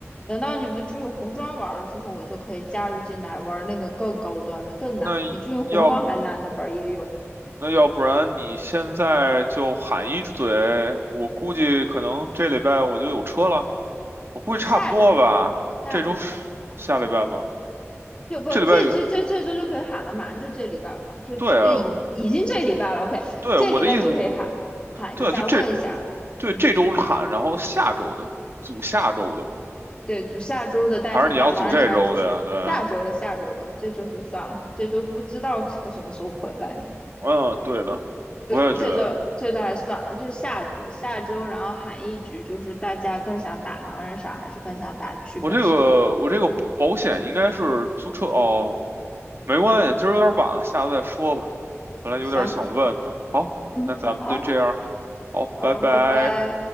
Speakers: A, on the left; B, on the right.
A: 等到你们竹影红妆玩了之后，我就可以加入进来玩那个更高端的、更难的，
B: 那要。
A: 比竹影红光还难的本儿也有。
B: 那要不然你现在就喊一嘴，我估计可能这礼拜我就有车了，我估计差不多吧。
A: 对，下礼拜吧，下礼拜。
B: 这周是下礼拜吗？
A: 就不，
B: 这礼拜有，
A: 这这这这周就可以喊了，马上就这礼拜了嘛，就这呃已已经这礼拜了，OK，
B: 对啊，对，
A: 这礼拜就可以喊喊一下，
B: 我的意思，对啊，就这，
A: 问一下，
B: 对，
A: 嗯，
B: 这周喊，然后下周的组下周的吧，
A: 对，就下周的大家想打狼人杀还是去下周的下周的，
B: 还是你要组这周的呀？对啊
A: 这周就算了，这周不知道车什么时候回来呢。
B: 嗯，对的，
A: 对，
B: 我也觉得，
A: 这个这个还算了，就下周下周，然后喊一局，就是大家更想打狼人杀还是更想打剧本杀？
B: 嗯，我这个我这个保保险应该是租车哦。没关系，今儿有点晚了，下次再说吧。本来有点想问呢。
A: 行，
B: 好，
A: 嗯，
B: 那咱们就这样，
A: 好，
B: 好，
A: 好，
B: 拜拜。
A: 拜拜。